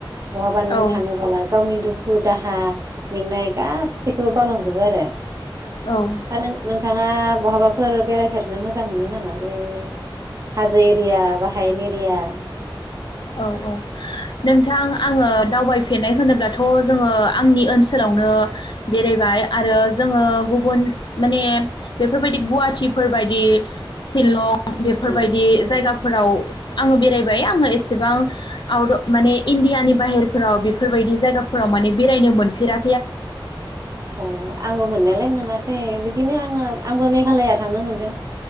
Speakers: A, on the right; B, on the left.
A: बहाबा
B: औ
A: नोङो थाङोबोला गावनि दुखु दाहा मेंनाय गासैखौबो बावलांजोबो आरो।
B: औ औ
A: दा नों-नोंथाङा बहाबाफोर बेरायफेरनो मोजां मोनो नामा? जे हाजो एरिया बा हायेन एरिया
B: औ औ नोंथां आङो दावबायफेरनाय होनोब्लाथ' जोङो आंनि ओनसोलावनो बेरायबाय आरो जोङो गुबुन माने बेफोरबायदि गुवाहाटिफोरबायदि शिलं बेफोरबायदि
A: उम उम
B: जायगाफोराव आङो बेरायबाय आङो एस एसेबां आउट माने इण्डियानि बाहेरफोराव बेफोरबायदि जायगाफोराव माने बेरायनो मोनफेरा
A: अह आंबो मोननायालाय मोनाखै बिदि बिदिनो आङो आंबो मेघाल'या थांनो मोनदों।